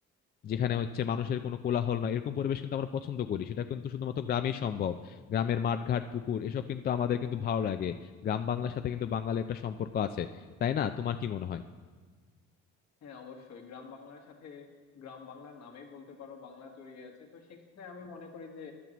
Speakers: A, on the left; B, on the left.
A: যেখানে হচ্ছে মানুষের কোনো কোলাহল নয় এরকম পরিবেশ কিন্তু আমরা পছন্দ করি সেটা কিন্তু শুধুমাত্র গ্রামেই সম্ভব গ্রামের মাঠঘাট পুকুর এসব কিন্তু আমাদের কিন্তু ভালো লাগে গ্রাম বাংলার সাথে কিন্তু বাঙালির একটা সম্পর্ক আছে তাই না তোমার কি মনে হয়
B: হ্যাঁ অবশ্যই গ্রাম বাংলার সাথে গ্রাম বাংলার নামেই বলতে পারো বাংলা জড়িয়ে আছে তো সেক্ষেত্রে আমি মনে করি যে